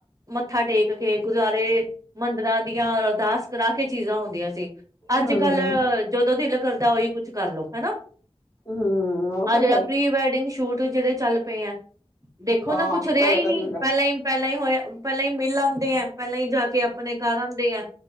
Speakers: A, on the right; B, on the left.
A: ਮੱਥਾ ਟੇਕ ਕੇ ਗੁਰਦੁਆਰੇ ਮੰਦਿਰਾਂ ਦੀਆਂ ਅਰਦਾਸ ਕਰਾ ਕੇ ਚੀਜ਼ਾਂ ਆਉਂਦੀਆਂ ਸੀ ਅੱਜ
B: ਹੂੰ
A: ਕੱਲ ਜਦੋਂ ਦਿਲ ਕਰਦਾ ਹੋਈ ਕਰ ਲੋ ਹਨਾ
B: ਹੂੰ ਉਹ
A: ਆਹ
B: ਤਾਂ
A: ਜਿਹੜਾ
B: ਹੈ ਹੀ
A: ਪ੍ਰੀ ਵੈਡਿੰਗ ਸ਼ੂਟ ਜਿਹੜੇ ਚੱਲ ਪਏ ਆਂ ਦੇਖੋ
B: ਹਾਂ
A: ਨਾ ਕੁਛ ਰਿਹਾ
B: ਪਹਿਲੇ
A: ਹੀ
B: ਕਦੀ
A: ਨਹੀਂ
B: ਹੁੰਦਾ
A: ਪਹਿਲਾਂ ਹੀ ਪਹਿਲਾਂ ਹੀ ਹੋਇਆ ਪਹਿਲਾਂ ਹੀ ਮਿਲ ਆਉਂਦੇ ਹੈ ਪਹਿਲਾਂ ਹੀ ਜਾ ਕੇ ਆਪਣੇ ਘਰ ਆਉਂਦੇ ਹੈ